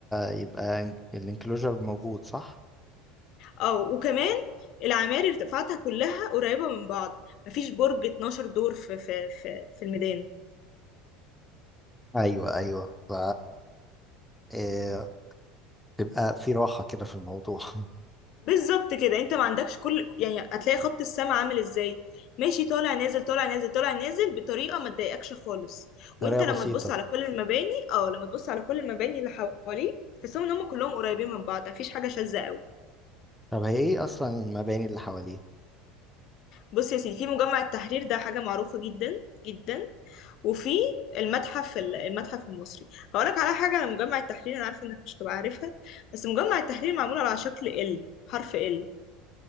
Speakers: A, in the centre; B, on the left.
A: يبقى الانكلوجر موجود صح؟
B: اه وكمان العماير ارتفاعاتها كلها قريبة من بعض مفيش برج 12 دور في في في, في الميدان
A: أيوه أيوه ف آه، تبقى في راحة كده في الموضوع <laughs>
B: بالظبط كده انت ما عندكش كل يعني هتلاقي خط السماء عامل ازاي ماشي طالع نازل طالع نازل طالع نازل بطريقة ما تضايقكش خالص وانت
A: طريقة بسيطة
B: لما تبص على كل المباني اه لما تبص على كل المباني اللي حواليه تحسهم ان هم كلهم قريبين من بعض مفيش حاجة شاذة قوي
A: طب هي إيه أصلا المباني اللي حواليه؟
B: بص يا سيدي في مجمع التحرير ده حاجة معروفة جدا جدا وفي المتحف ال- المتحف المصري هقولك على حاجة على مجمع التحرير أنا عارفة إنك مش هتبقى عارفها بس مجمع التحرير معمول على شكل ال حرف ال